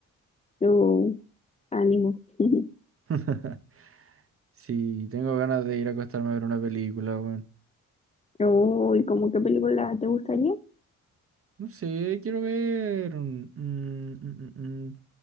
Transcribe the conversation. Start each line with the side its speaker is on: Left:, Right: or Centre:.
Left: Yo, ánimo. <laughs>
Right: <laughs> Sí, tengo ganas de ir a acostarme a ver una película, weón.
Left: Uy, ¿cómo qué película te gustaría?
Right: No sé, quiero ver. un- mm, mm, mm, mm.